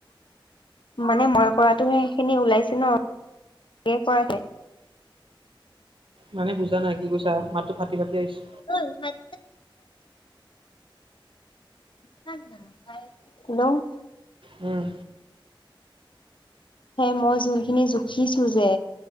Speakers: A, on the left (about 65°); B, on the right (about 70°).
A: মানে মই কৰাটোহে সেই খিনি ওলাইছে ন, <inaudible> কৰাটোৱে।
B: মানে বুজা নাই কি কৈছা, মাতটো ফাটি ফাটি আহিছে।
A: <unintelligible> হেল্ল'
B: উম।
A: সেই মই যোনখিনি জুখিছোঁ যে